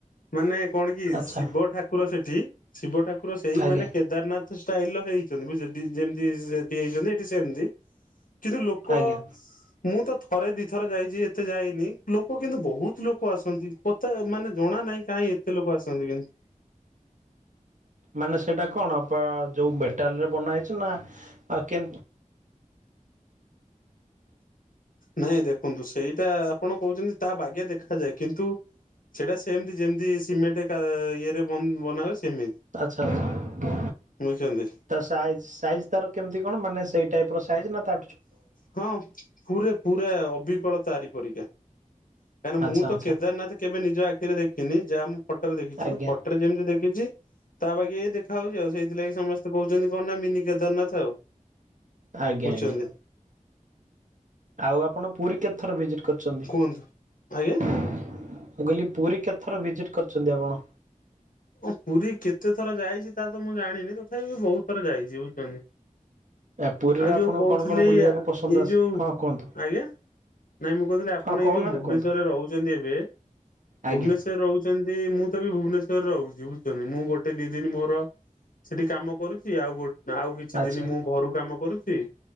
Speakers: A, on the left; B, on the right.
A: ମାନେ କଣ କି
B: ଆଚ୍ଛା
A: ଶିବ ଠାକୁର ସେଠି ଶିବ ଠାକୁର ସେଇ
B: ଆଜ୍ଞା
A: ମାନେ କେଦାରନାଥ ଷ୍ଟାଇଲ ର ହେଇଛନ୍ତି ସେଠି ଯେମିତି ସେଠି ହେଇଛନ୍ତି। ସେମତି କିନ୍ତୁ ଲୋକ
B: ଆଜ୍ଞା।
A: ମୁଁ ତ ଥରେ ଦିଥରେ ଯାଇଛି ଏତେ ଯାଇନି ଲୋକ କିନ୍ତୁ ବହୁତ ଲୋକ ଆସନ୍ତି ତ ମାନେ ଜଣା ନାହିଁ କାହିଁ ଏତେ ଲୋକ ଆସନ୍ତି କିନ୍ତୁ
B: ମାନେ ସେଇଟା କଣ ଯୋଉ ବେଟାଲରେ ବନା ହେଇଛି ନା କେ
A: ନାଇଁ ଦେଖନ୍ତୁ ସେଇଟା ଆପଣ କହୁଛନ୍ତି ତା ବାଗେ ଦେଖାଯାଏ କିନ୍ତୁ ସେଇଟା ସେମିତି ଯେମିତି ସିମେଣ୍ଟ ଇଏରେ ବନାବେ ସେମିତି
B: ଆଚ୍ଛା ଆଚ୍ଛା
A: ବୁଝୁଛନ୍ତି
B: ତ ସାଇଜ୍ ସାଇଜ୍ ତାର କେମିତି କଣ ମାନେ ସେଇ ଟାଇପ ର ସାଇଜ୍ ନା ତ
A: ହଁ ପୁରା ପୁରା ଅବିକଳ ତାରିପରିକା କାହିଁକନା ମୁଁ
B: ଆଚ୍ଛା ଆଚ୍ଛା
A: ତ କେଦାରନାଥ କେବେ ନିଜ ଆଖିରେ ଦେଖିନି ଯାହା ମୁଁ ଫଟୋରେ ଦେଖିଛି
B: ଆଜ୍ଞା
A: ଫଟୋରେ ଯେମିତି ଦେଖିଛି ତା ପାଖେଇ ଦେଖାହାଉଉଛି ଆଉ ସେଇଥିଲାଗି ସମସ୍ତେ କହୁଛନ୍ତି କଣ ନା ମିନି କେଦାରନାଥ ଆଉ
B: ଆଜ୍ଞା
A: ବୁଝୁଛନ୍ତି
B: ଆଜ୍ଞା। ଆଉ ଆପଣ ପୁରୀ କେତେ ଥର ଭିଜିଟ୍ କରିଛନ୍ତି
A: କୁହନ୍ତୁ ଆଜ୍ଞା
B: ମୁଁ କହିଲି ପୁରୀ କେତଥର ଭିଜିଟ୍ କରିଛନ୍ତି ଆପଣ
A: ଓଁ ପୁରୀ କେତେ ଥର ଯାଇଛି ତା ତ ମୁଁ ଜାଣିନି ତଥାପି ବି ବହୁତ ଥର ଯାଇଛି ବୁଝିଛନ୍ତି
B: ଆ ପୁରୀରେ
A: ଆଉ ଯୋଉ
B: ଆପଣଙ୍କୁ
A: କହୁଥିଲି
B: କଣ କଣ
A: ଏଇ
B: ବୁଲିବାକୁ ପସନ୍ଦ ଆସେ?
A: ଯୋଉ
B: ହଁ କୁହନ୍ତୁ।
A: ଆଜ୍ଞା ନାଇଁ ମୁଁ କହୁଥିଲି ଆପଣ
B: ହଁ କହୁନାହାନ୍ତି
A: ଏଇ ଯୋଉ ଭୁବନେଶ୍ଵରରେ
B: କୁହନ୍ତୁ
A: ରହୁଛନ୍ତି ଏବେ
B: ଆଜ୍ଞା
A: ଭୁବନେଶ୍୍ୱର ରହୁ <unintelligible> ମୁଁ ତ ବିି ଭୁବନେଶ୍ୱର୍ ରହୁଛି ବୁଝୁଛନ୍ତି ମୁଁ ଗୋଟେ ଦି ଦିନ ମୋର ସେଠି କାମ କରୁଛି ଆଉ ଗୋ ନା ଆଉ କିଛି
B: ଆଚ୍ଛା
A: ଦିନ ମୁଁ ଘରୁ କାମ କରୁଛି।